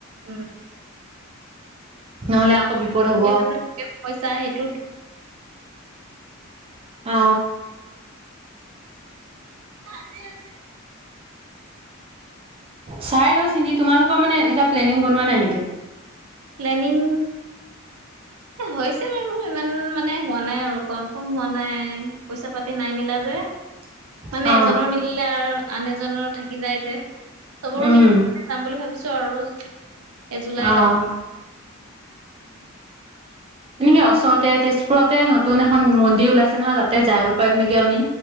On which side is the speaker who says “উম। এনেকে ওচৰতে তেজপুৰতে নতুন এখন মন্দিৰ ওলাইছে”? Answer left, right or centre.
Right